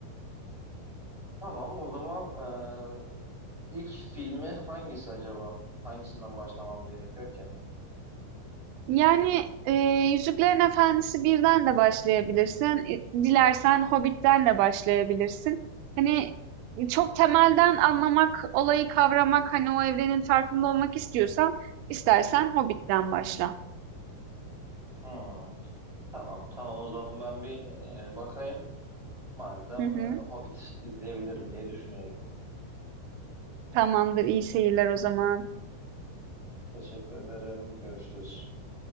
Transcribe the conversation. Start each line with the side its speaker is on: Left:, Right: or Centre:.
Centre: Tamam o zaman e, ilk filmi hangisi acaba? Hangisinden başlamam gerekiyor ki?
Right: Yani eee Yüzüklerin Efendisi birden de başlayabilirsin. İ- Dilersen Hobbit'ten de başlayabilirsin. Hani çok temelden anlamak, olayı kavramak, hani o evrenin farkında olmak istiyorsan, istersen Hobbit'ten başla.
Centre: Hmm, tamam tamam o zaman ben bir e, bakayım. Madem
Right: Hı hı.
Centre: e, Hobbit izleyebilirim diye düşünüyorum.
Right: Tamamdır, iyi seyirler o zaman.
Centre: Teşekkür ederim. Görüşürüz.